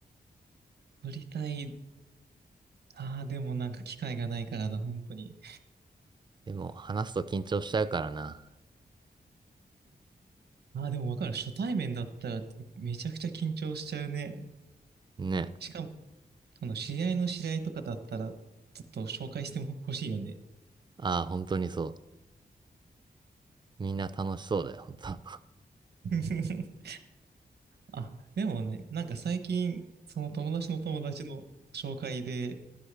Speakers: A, on the right; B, on the right.
A: 喋りたい。ああ、でもなんか機会がないからな、本当に。
B: でも、話すと緊張しちゃうからな。
A: ああ、でもわかる。初対面だったらめちゃくちゃ緊張しちゃうね。
B: ね。
A: しかも、あの、知り合いの知り合いとかだったら、ちょっと紹介しても欲しいよね。
B: ああ、本当にそう。みんな楽しそうだよ、本当。<laughs>
A: <laughs> あ、でもね、なんか最近、その友達の友達の紹介で、